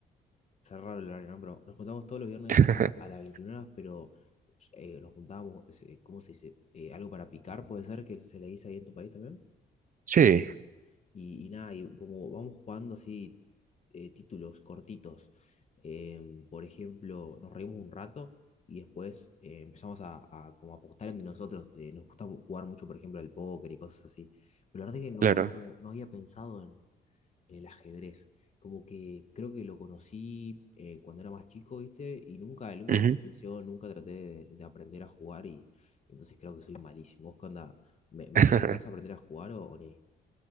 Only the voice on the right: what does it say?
<laughs>
Sí,
claro.
Ujú.
<laughs>